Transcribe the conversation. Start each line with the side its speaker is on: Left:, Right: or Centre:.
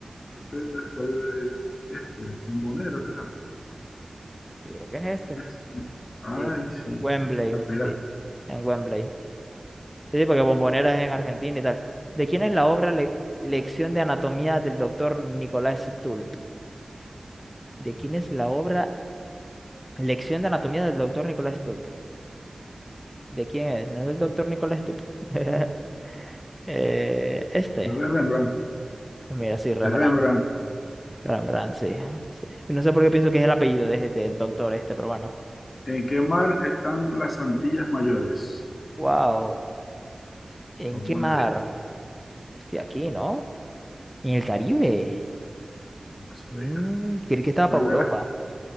Left: Inglaterra, estadio de este, Bombonera, ¿será?
Centre: Yo creo que es este.
Left: Es- Ay,
Centre: Sí.
Left: sí,
Centre: Wembley.
Left: la pegaste.
Centre: Sí. En Wembley. Sí, sí, porque Bombonera es en Argentina y tal. ¿De quién es la obra Le- Lección de Anatomía del doctor Nicolás Stulp? ¿De quién es la obra Lección de Anatomía del doctor Nicolás Stulp? ¿De quién es? ¿No es el doctor Nicolás Stulp? <laughs> Eh, este.
Left: La de Rembrandt.
Centre: Mira, sí, Revenant.
Left: De Rembrandt.
Centre: Rembrandt, sí. sí. No sé por qué pienso que es el apellido de, del doctor este, pero bueno.
Left: ¿En qué mar están las Antillas Mayores?
Centre: Wow. ¿En
Left: Bombonera,
Centre: qué mar?
Left: este,
Centre: Hostia, aquí, ¿no? En el Caribe.
Left: no sabía.
Centre: Mm, creí que estaba
Left: ¿Cuál
Centre: para Europa.
Left: de las?